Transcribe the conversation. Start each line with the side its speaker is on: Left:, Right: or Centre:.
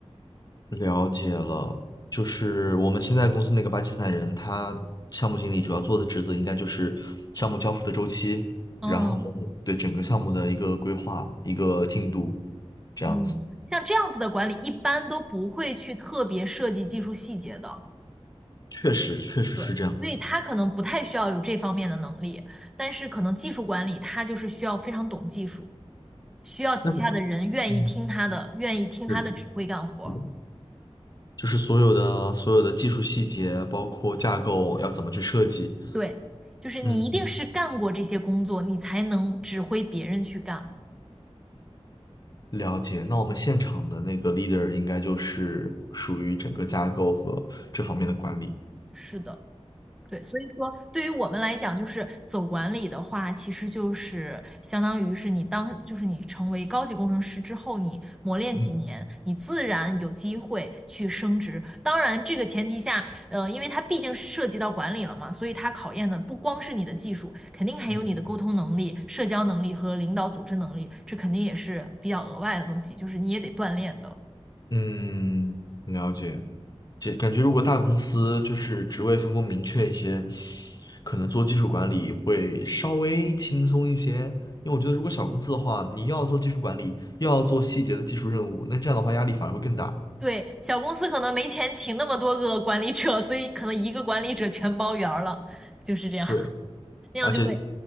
Left: 了解了。就是我们现在公司那个巴基斯坦人，他项目经理主要做的职责应该就是项目交付的周期，
Centre: 嗯
Left: 然后对整个项目的一个规划、一个进度，这样子。
Centre: 嗯，像这样子的管理一般都不会去特别涉及技术细节的。
Left: 确实，确实是这样子。
Centre: 对，所以他可能不太需要有这方面的能力，但是可能技术管理他就是需要非常懂技术，需要底下的人愿意听他的，
Left: 那是嗯
Centre: 愿意听他的指挥干活儿
Left: 是是就是所有的所有的技术细节，包括架构要怎么去设计，
Centre: 对，就是你一定是干过这些工作，
Left: 嗯。
Centre: 你才能指挥别人去干。
Left: 了解，那我们现场的那个 leader 应该就是属于整个架构和这方面的管理。
Centre: 是的。对，所以说对于我们来讲，就是走管理的话，其实就是相当于是你当，就是你成为高级工程师之后，你磨练几年，
Left: 嗯
Centre: 你自然有机会去升职。当然，这个前提下，呃，因为它毕竟涉及到管理了嘛，所以它考验的不光是你的技术，肯定还有你的沟通能力、
Left: 嗯
Centre: 社交能力和领导组织能力，这肯定也是比较额外的东西，就是你也得锻炼的。
Left: 嗯，了解。这感觉如果大公司就是职位分工明确一些，可能做技术管理会稍微轻松一些。因为我觉得如果小公司的话，你又要做技术管理，又要做细节的技术任务，那这样的话压力反而会更大。
Centre: 对，小公司可能没钱请那么多个管理者，所以可能一个管理者全包圆儿了，就是这样，
Left: 对，
Centre: <laughs> 那样就会
Left: 而且